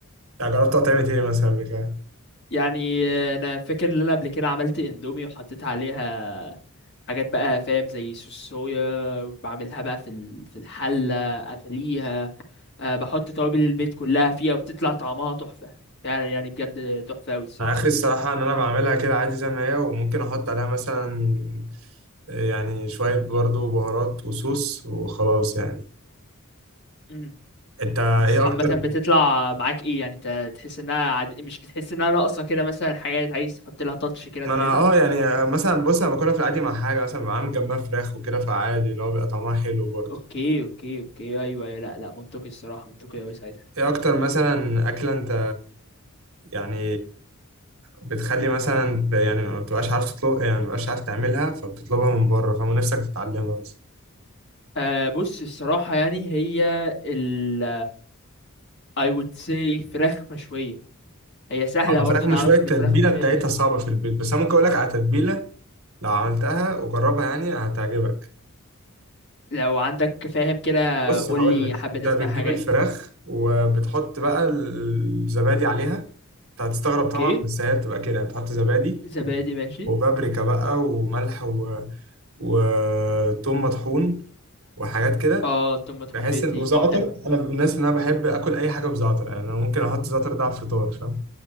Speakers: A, on the right (about 70°); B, on the left (about 50°).
A: يعني جربت تعمل إيه مثلا قبل كده؟
B: يعني آه، انا فاكر ان انا قبل كده عملت اندومي وحطيت عليها حاجات بقى فاهم زي صوص صويا بعملها بقى في ال- في الحله اغليها آه، بحط توابل البيت كلها فيها وبتطلع طعمها تحفة فعلا يعني بجد تحفة أوي الصراحة
A: أنا آخري الصراحة إن أنا بعملها كده عادي زي ما هي وممكن أحط عليها مثلا آه، يعني شوية برضو بهارات وصوص وخلاص يعني
B: مم.
A: أنت إيه
B: بس عامة
A: أكتر؟
B: بتطلع معاك ايه يعني انت تحس انها عد... مش بتحس انها ناقصة كده مثلا حاجات عايز تحط لها تاتش كده
A: ما
B: زيادة
A: أنا أه يعني آه، مثلا بص أنا باكلها في العادي مع حاجة مثلا بعمل جنبها فراخ وكده فعادي اللي هو بيبقى طعمها حلو برضه
B: اوكي اوكي اوكي ايوه ايوه لا لا منطقي الصراحة منطقي أوي ساعتها
A: إيه أكتر مثلا أكلة أنت يعني بتخلي مثلا ب- يعني ما بتبقاش عارف تطلب يعني ما بتبقاش عارف تعملها فبتطلبها من بره فنفسك تتعلمها بس
B: أه بص الصراحة يعني هي ال I would say فراخ مشوية هي سهلة
A: اه
B: برضو
A: فراخ مشوية
B: نعرف
A: التتبيلة
B: ان الفراخ المشوية
A: بتاعتها
B: دي
A: صعبة في البيت بس انا ممكن اقول لك على تتبيلة لو عملتها وجربها يعني هتعجبك
B: لو عندك فاهم كده
A: بص
B: قولي
A: هقول لك
B: حبة
A: انت
B: اسماء
A: بتجيب
B: حاجات
A: الفراخ وبتحط بقى الزبادي عليها انت هتستغرب
B: اوكي
A: طبعا بس هي بتبقى كده يعني بتحط زبادي
B: زبادي ماشي
A: وبابريكا بقى وملح و... وثوم مطحون وحاجات كده
B: اه توم مدحون
A: بحس
B: بيدي
A: ان وزعتر
B: طعم حلو
A: انا من الناس اللي انا بحب اكل اي حاجه بزعتر يعني انا ممكن احط زعتر ده على الفطار فاهم